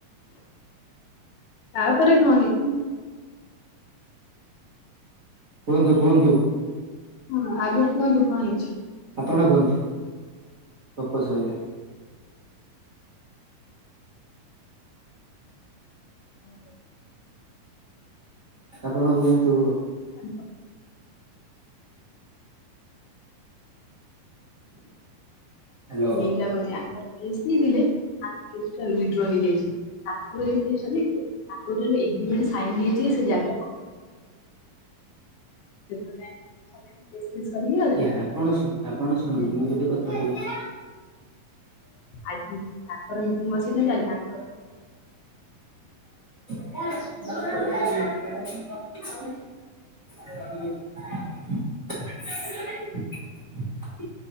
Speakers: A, on the left; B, on the right.
A: ତାପରେ କଣ ହେଇଛି
B: କୁହନ୍ତୁ କୁହନ୍ତୁ।
A: ହଁ ଆଗକୁ କୁହନ୍ତୁ କଣ ହେଇଛି?
B: ଆପଣ କୁହନ୍ତୁ। ଗପ ସହିଲା।
A: ହ
B: ଆପଣ କୁହନ୍ତୁ
A: <inaudible> <unintelligible>
B: ହ୍ୟାଲୋ
A: ସେଇଟା ବୋଧେ ଆଙ୍କର <inaudible> ଉଇଡ୍ର ହେଇଯାଇଛି। ତାଙ୍କରେ ଯୋଉ ପଇସା ଦେଇଥିଲେ ତାଙ୍କ ଏଗିମେଣ୍ଟ ସାଇନ୍ ହେଇଛି ସେ ଜାଗା ତା <inaudible> ଏ ସରିଗଲା
B: ଆଜ୍ଞା ଆପଣ ଶୁ ଆପଣ ଶୁଣନ୍ତୁ ମୁଁ
A: <inaudible>
B: ଗୋଟେ କଥା କହୁଛି।
A: ଆଜି ତାଙ୍କର ମିଟିଂ ବସେଇଛନ୍ତି ଆଜି ଆଙ୍କର <inaudible>
B: <inaudible> <inaudible> ଆ